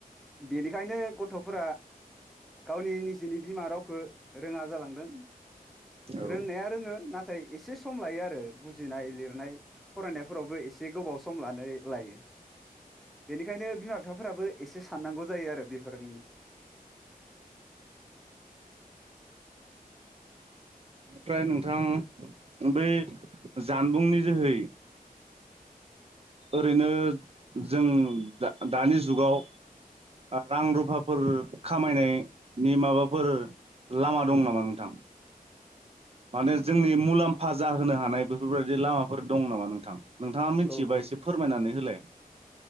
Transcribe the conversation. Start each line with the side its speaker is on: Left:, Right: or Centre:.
Centre: बेनिखायनो गथ'फोरा गावनि निजेनि बिमा रावखौ रोङा जालांदों।
Right: औ
Centre: रोंनाया रोङो नाथाय एसे सम लायो आरो बुजिनाय लिर फरायनायफोरावबो एसे गोबाव सम लानो लायो बेनिखायनो बिमा बिफाफोराबो एसे साननांगौ जायो आरो बेफोरनि।
Right: ओमफ्राय नोंथां बै जानबुंनि जोहै। ओरैनो जों दा- दानि जुगाव रां रुफाफोर खामायनायनि माबाफोर लामा दं नामा नोंथां? माने जोंनि मुलाम्फा जाहोनो हानाय बेफोरबायाददि लामाफोर दं नामा नोंथां? नोंथाङा मिथियोबा
Centre: औ औ
Right: एसे फोरमायनानै होलाय।